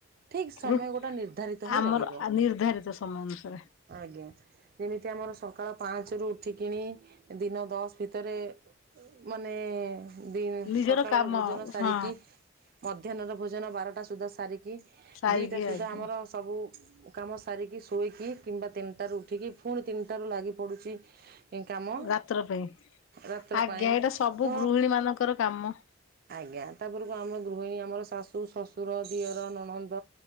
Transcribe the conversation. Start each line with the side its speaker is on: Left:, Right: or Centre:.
Right: ଠିକ ସମୟ
Left: ରୁ
Right: ଗୋଟା ନିର୍ଦ୍ଧାରିତ ହେଇ
Left: ଆମର
Right: ରହିବ
Left: ନିର୍ଦ୍ଧାରିତ ସମୟ ଅନୁସାରେ।
Right: ଆଜ୍ଞା ଯେମିତି ଆମର ସକାଳ ପାଞ୍ଚରୁ ଉଠିକଣି ଦିନ ଦଶ ଭିତରେ ମାନେ ଦ
Left: ନିଜର
Right: ସକାଳର
Left: କାମ
Right: ଭୋଜନ ସାରିକି
Left: ହଁ
Right: ମଧ୍ୟାହ୍ନର ଭୋଜନ ବାରଟା ସୁଦ୍ଧା ସାରିକି
Left: ସାରିକି
Right: ଦିଟା ସୁଦ୍ଧା
Left: ଆଜ୍ଞା
Right: ଆମର ସବୁ କାମ ସାରିକି ଶୋଇକି କିମ୍ବା ତିନିଟାରୁ ଉଠିକି ପୁଣି ତିନିଟାରୁ ଲାଗି ପଡୁଛି କାମ
Left: ରାତ୍ର ପାଇଁ
Right: ରାତ୍ର
Left: ଆଜ୍ଞା
Right: ପାଇଁ
Left: ଏଇଟା ସବୁ
Right: ତ
Left: ଗୃହିଣୀ ମାନଙ୍କର କାମ
Right: ଆଜ୍ଞା ତାପରକୁ ଆମର ଗୃହିଣୀ ଆମର ଶାଶୁ ଶ୍ୱଶୁର ଦିଅର ନଣନ୍ଦ